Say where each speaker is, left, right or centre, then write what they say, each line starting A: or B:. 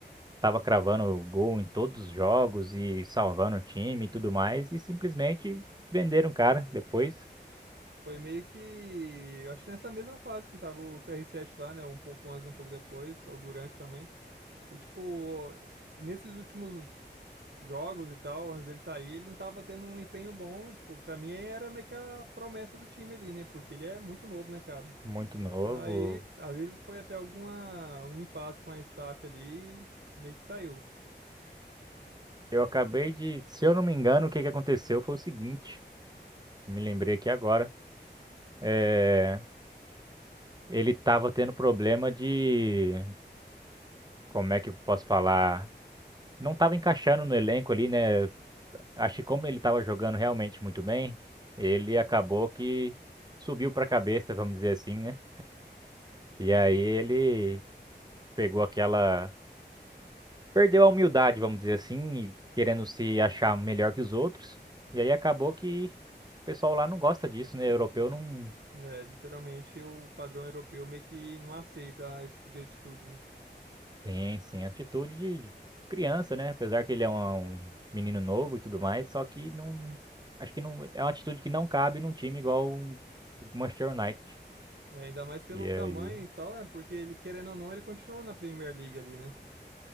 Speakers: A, on the right; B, on the right.
A: tava cravando o gol em todos os jogos e salvando o time e tudo mais. E simplesmente venderam o cara depois.
B: Foi meio que. Eu acho que nessa mesma fase que tava o CR7 lá, né? Um pouco antes, um pouco depois, ou durante também. E, tipo, nesses últimos jogos e tal, antes dele sair, ele não tava tendo um empenho bom. E, tipo, pra mim era meio que a promessa do time ali, né? Porque ele é muito novo, né, cara?
A: muito novo.
B: Aí, às vezes foi até alguma, algum impasse com a staff ali. Meio que saiu.
A: Eu acabei de, se eu não me engano, o que que aconteceu foi o seguinte, me lembrei aqui agora. É, ele tava tendo problema de, como é que eu posso falar? Não tava encaixando no elenco ali, né? Acho que como ele tava jogando realmente muito bem, ele acabou que subiu pra cabeça, vamos dizer assim, né? E aí ele pegou aquela, perdeu a humildade, vamos dizer assim, e querendo se achar melhor que os outros. E aí acabou que O pessoal lá não gosta disso, né? Europeu não
B: É, literalmente o padrão europeu meio que não aceita esse tipo de atitude, né?
A: tem, sim, atitude de de criança, né? Apesar que ele é um, um menino novo e tudo mais, só que não. Acho que não. É uma atitude que não cabe num time igual o o Manchester United.
B: É, ainda mais pelo
A: E
B: tamanho
A: aí,
B: e tal, é porque ele, querendo ou não, ele continua na Premier League ali, né?